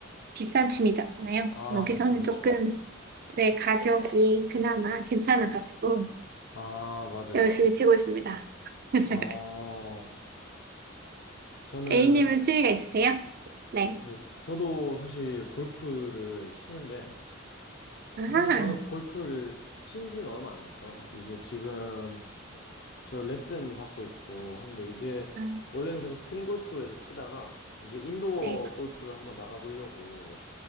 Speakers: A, on the right; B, on the left.
A: 비싼 취미잖아요.
B: 아,
A: 여기서는
B: 그쵸, 그쵸.
A: 조금, 네, 가격이 그나마 괜찮아가지고
B: 아, 맞아요.
A: 열심히 치고 있습니다. <laughs>
B: 어, 저는,
A: A님은 취미가 있으세요? 네.
B: 네, 저도 사실 골프를 치는데,
A: 아하.
B: 사실 저는 골프를 친 지는 얼마 안 됐고요. 이제 지금 저 레슨 받고 있고 하는데 이제
A: 아,
B: 원래는 계속 스크린 골프에서 치다가 이제 인도어
A: 네.
B: 골프를 한번 나가보려고